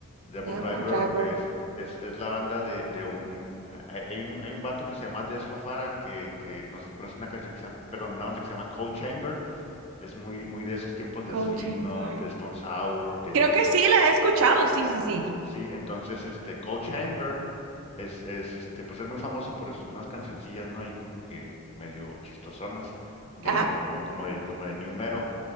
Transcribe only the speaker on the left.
Devil
Driver
es, es, es la banda de, de un, hay, hay un... Hay un vato que se llama Des Fafara, que, que no sé si conoce una canción que se llama, perdón, una banda que se llama Cold Chamber. Es muy, muy de esos tiempos de
Slipknot,
de Stone Sour, de,
Sí, entonces este Cold Chamber es, es este, pues es muy famoso por sus- unas cancioncillas, ¿no? Ahí como que medio chistosonas de
como, como de como de new metal,